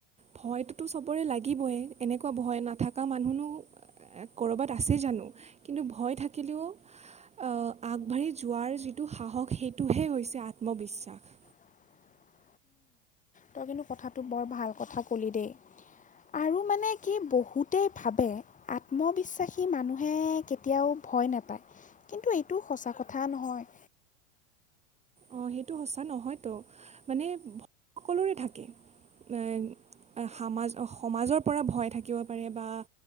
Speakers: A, on the right; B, on the left.
A: ভয়টোতো সবৰে লাগিবয়ে এনেকুৱা ভয় নাথকা মানুহনো কৰবাত আছে জানো কিন্তু ভয় থাকিলেও আগবাঢ়ি যোৱাৰ যিটো সাহস সেইটোহে হৈছে আত্মবিশ্বাস
B: <unintelligible> তই কিন্তু কথাটো বৰ ভাল কথা ক'লি দেই আৰু মানে কি বহুতেই ভাবে আত্মবিশ্বাসী মানুহে কেতিয়াও ভয় নাপায় কিন্তু এইটো সঁচা কথা নহয়
A: অ' সেইটো সঁচা নহয়তো মানে সকলোৰে থাকে এ সামাজ সমাজৰ পৰা ভয় থাকিব পাৰে বা